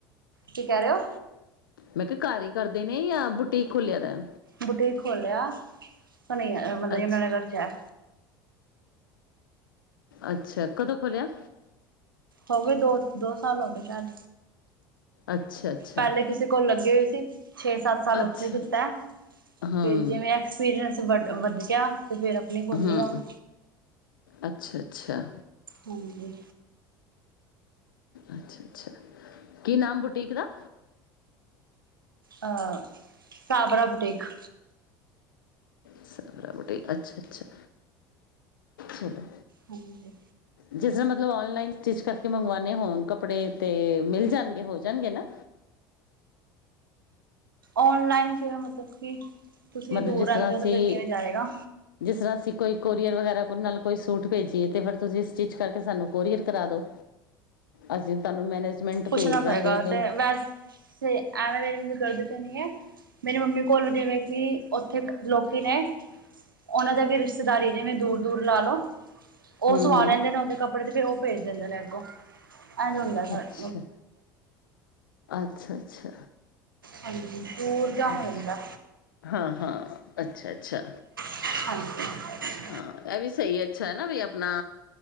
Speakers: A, on the right; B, on the left.
A: ਕੀ ਕਹਿ ਰਹੇ ਓ?
B: ਮੈਂ ਕਿਹਾ ਘਰ ਹੀ ਕਰਦੇ ਨੇ ਯਾ ਬੁਟੀਕ ਖੋਲਿਆ ਦਾ ਐ?
A: ਬੁਟੀਕ ਖੋਲਿਆ, ਹੁਨੇ ਈ ਮਤਲਬ
B: ਅੱਛਾ,
A: ਯਮੁਨਾਨਗਰ ਚ ਹੈ।
B: ਅੱਛਾ, ਕਦੋਂ ਖੋਲ੍ਹਿਆ?
A: ਹੋ ਗਏ ਦੋ, ਦੋ ਸਾਲ ਹੋ ਗਏ ਸ਼ਾਇਦ।
B: ਅੱਛਾ-ਅੱਛਾ,
A: ਪਹਿਲੇ ਕਿਸੇ ਕੋਲ ਲੱਗੇ ਸੀ, ਛੇ ਸੱਤ ਸਾਲ
B: ਅੱਛਾ
A: ਉੱਥੇ ਕੀਤਾ
B: ਹੂੰ,
A: ਫਿਰ ਜਿਵੇਂ ਬਿਸਨਸ ਵੜ ਵਧ ਗਿਆ ਤੇ ਫਿਰ ਆਪਣੀ ਖੋਲੀ
B: ਹਾਂ,
A: ਆ ਹੁਣ
B: ਅੱਛਾ-ਅੱਛਾ।
A: ਹਾਂਜੀ।
B: ਅੱਛਾ-ਅੱਛਾ, ਕੀ ਨਾਮ ਬੁਟੀਕ ਦਾ?
A: ਅਹ ਕਾਬਰਾ ਬੁਟੀਕ।
B: ਸਾਵਰਾ ਬੁਟੀਕ, ਅੱਛਾ-ਅੱਛਾ, ਚੱਲੋ
A: ਹਾਂਜੀ।
B: ਜਿਸ ਤਰ੍ਹਾਂ ਮਤਲਬ ਔਨਲਾਈਨ ਸਟਿੱਚ ਕਰਕੇ ਮੰਗਵਾਨੇ ਹੋਨ ਕੱਪੜੇ 'ਤੇ ਮਿਲ ਜਾਨਗੇ ਹੋ ਜਾਨਗੇ ਨਾ?
A: ਓਨਲਾਈਨ ਜਿਵੇਂ ਮਤਲਬ ਕਿ ਤੁਸੀਂ
B: ਮਤਲਬ
A: ਦੂਰ
B: ਜਿਸ
A: ਰਹਿੰਦੇ
B: ਤਰ੍ਹਾਂ ਅਸੀਂ
A: ਹੋ ਫਿਰ ਕਿਵੇਂ ਜਾਏਗਾ?
B: ਜਿਸ ਤਰ੍ਹਾਂ ਅਸੀਂ ਕੋਈ ਕੋਰੀਅਰ ਵਗੈਰਾ ਨਾਲ ਕੋਈ ਸੂਟ ਭੇਜੀਏ ਤੇ ਫਿਰ ਤੁਸੀਂ ਸਟਿੱਚ ਕਰਕੇ ਸਾਨੂੰ ਕੋਰੀਅਰ ਕਰਾ ਦੋ। ਅਸੀਂ ਤੁਹਾਨੂੰ ਮੈਨੇਜਮੈਂਟ
A: ਪੁੱਛਣਾ
B: ਭੇਜ ਦਾਂਗੇ
A: ਪਏਗਾ
B: ਬਈ।
A: ਵੈਸੇ ਤੇ ਐਵੇਂ ਮੇਰੀ ਮੰਮੀ ਕਰਦੀ ਤੇ ਨਹੀਂ ਐ। ਮੇਰੀ ਮੰਮੀ ਕੋਲ ਜਿਵੇਂ ਕਿ ਓਥੇ ਲੋਕੀ ਨੇ। ਓਨਾਂ ਦੇ ਅਗੇ ਰਿਸ਼ਤੇਦਾਰੀ ਜਿਵੇਂ ਦੂਰ-ਦੂਰ ਲਾ ਲੋ। ਉਹ
B: ਹੂੰ
A: ਸਵਾ
B: ਹੂੰ
A: ਲੈਂਦੇ ਨੇ ਉਹਦੇ ਕੱਪੜੇ ਤੇ ਵੀ ਉਹ ਭੇਜ ਦਿੰਦੇ ਨੇ ਅੱਗੋਂ, ਇਂਝ ਹੁੰਦਾ ਸਾਡੇ
B: ਅੱਛਾ, ਅੱਛਾ-ਅੱਛਾ।
A: ਹਾਂਜੀ, ਦੂਰ ਜਾ ਹੋ
B: ਅੱਛ,
A: ਜਾਂਦਾ
B: ਹਾਂ-ਹਾਂ, ਅੱਛਾ-ਅੱਛਾ।
A: ਹਾਂਜੀ।
B: ਹਾਂ। ਇਹ ਵੀ ਸਹੀ, ਅੱਛਾ ਹੈ। ਨਾ ਵੀ ਆਪਣਾ